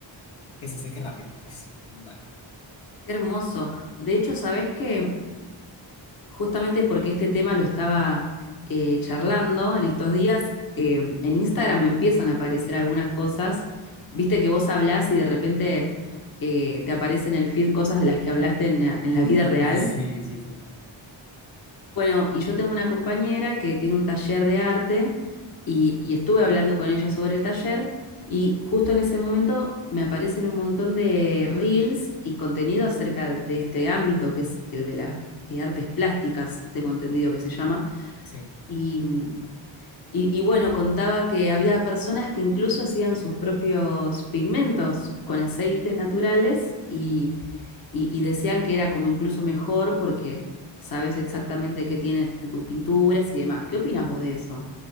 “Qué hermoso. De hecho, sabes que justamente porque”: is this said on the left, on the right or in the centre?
Left